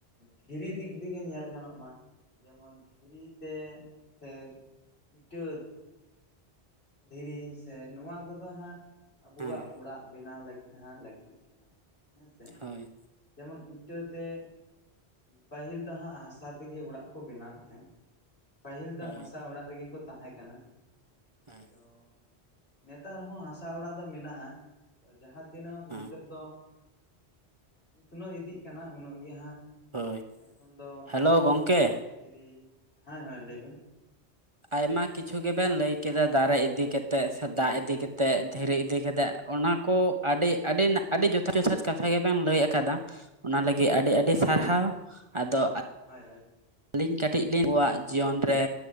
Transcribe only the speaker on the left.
ᱫᱷᱤᱨᱤ ᱫᱤᱠ ᱫᱤᱭᱮ ᱧᱮᱞ ᱜᱟᱱᱚᱜ ᱢᱟ ᱡᱮᱢᱚᱱ ᱫᱷᱤᱨᱤ ᱛᱮ ᱥᱮ ᱤᱴᱟᱹ ᱫᱷᱤᱨᱤ ᱥᱮ ᱱᱚᱣᱟ ᱠᱚᱫᱚ ᱦᱟᱸᱜ ᱟᱵᱚᱣᱟᱜ
ᱚᱲᱟᱜ ᱵᱮᱱᱟᱣ ᱞᱟᱹᱜᱤᱫ ᱦᱟᱸᱜ ᱞᱟᱹᱠᱛᱤᱜ ᱠᱟᱱᱟ ᱦᱮᱸ ᱥᱮ
ᱡᱮᱢᱚᱱ ᱤᱴᱟᱹᱛᱮ ᱯᱟᱹᱦᱤᱞ ᱫᱚ ᱦᱟᱸᱜ ᱦᱟᱥᱟ ᱛᱮᱜᱮ ᱚᱲᱟᱜ ᱠᱚ ᱵᱮᱱᱟᱣᱮᱫ ᱛᱟᱦᱮᱸᱫ ᱯᱟᱹᱦᱤᱞ ᱫᱚ
ᱦᱟᱥᱟ ᱚᱲᱟᱜ ᱨᱮᱜᱮ ᱠᱚ ᱛᱟᱦᱮᱸ ᱠᱟᱱᱟ
ᱛᱚ ᱱᱮᱛᱟᱨ ᱦᱚᱸ ᱦᱟᱥᱟ ᱚᱲᱟᱜ ᱫᱚ ᱢᱮᱱᱟᱜᱼᱟ ᱛᱚ ᱡᱟᱦᱟᱸ ᱛᱤᱱᱟᱜ ᱱᱤᱛᱚᱜ
ᱫᱚ ᱩᱛᱱᱟᱹᱣ ᱤᱫᱤᱜ ᱠᱟᱱᱟ ᱩᱱᱟᱹᱜ ᱜᱮ ᱦᱟᱸᱜ
ᱮᱠᱷᱚᱱ ᱫᱚ
ᱫᱷᱤᱨᱤ ᱦᱮᱸ ᱦᱳᱭ ᱞᱟᱹᱭ ᱵᱮᱱ
ᱟᱪᱪᱷᱟ
ᱦᱳᱭ ᱦᱳᱭ